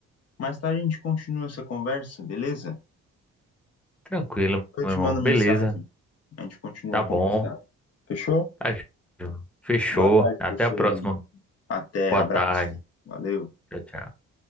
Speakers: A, on the left (about 55°); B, in the centre.
A: Mais tarde a gente continua essa conversa, beleza?
B: Tranquilo,
A: Eu
B: meu
A: te
B: irmão.
A: mando
B: Beleza,
A: mensagem, a gente continua
B: tá
A: a
B: bom.
A: conversar. Fechou?
B: Tá, fechou.
A: Boa tarde
B: Até
A: pra você
B: a próxima.
A: aí. Até,
B: Boa
A: abraço.
B: tarde.
A: Valeu.
B: Tchau, tchau.